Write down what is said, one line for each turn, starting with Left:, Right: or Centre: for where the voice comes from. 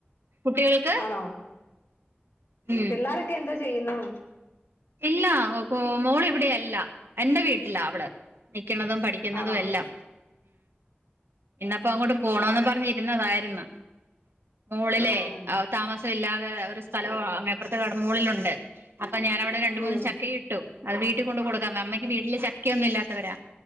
Right: കുട്ടികൾക്ക്
Left: ആണോ
Right: ഉം
Left: പിള്ളാരൊക്കെ എന്തോ ചെയ്യുന്നു
Right: ഇല്ല മോൾ ഇവിടെയല്ല എന്റെ വീട്ടിലാ അവള് ക്കുന്നതും പഠിക്കുന്നതും
Left: ആണോ
Right: എല്ലാം ഇപ്പങ്ങോട്ട് പോണോന്ന് പറഞ്ഞിരുന്നതായിരുന്നു മോളിലെ
Left: ഉം
Right: താമസം ഇല്ലാതെ ഒരു സ്ഥലവാ അപ്പർത്തെ കടമോളിലുണ്ട് അപ്പോ ഞാനവിട് രണ്ട് മൂന്ന്
Left: ഉം
Right: ചക്കയീട്ടു അത് വീട്ടികൊൺ കൊണ്ട് കൊടുക്കാൻ അമ്മയ്ക്ക് വീട്ടില് ചക്കയൊന്നും ഇല്ലാത്തവരാ